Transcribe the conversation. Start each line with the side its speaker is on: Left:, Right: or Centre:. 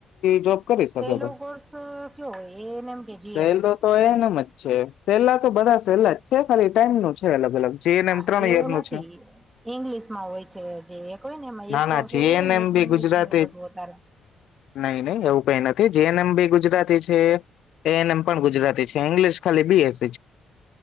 Left: જોબ કરી શકે
Right: સેલો કોર્સ કયો હોય એએનએમ કે જીએનએમ
Left: સહેલ તો એનમ જ છે સેલા તો બધા સેલા જ છે ખાલી ન નો છે અલગ અલગ જે એન
Right: હા
Left: એમ ત્રણ
Right: એવું
Left: યર નું
Right: નથી
Left: છે
Right: ઇંગ્લિશ માં હોય છે જે હોય ને એમાં
Left: ના
Right: એક
Left: ના
Right: પેલું
Left: જી
Right: હોય
Left: એન
Right: ને
Left: એમ
Right: એક
Left: બી
Right: ઇંગ્લિશનું
Left: ગુજરાતી
Right: બધું વધારે
Left: નઈ નહી એવું કઈ નથી. જે એન મ બિ ગુજરાતીજ એ એન એમ પણ ગુજરાતી છે ઇંગલશ ખલી બીએ સ છે.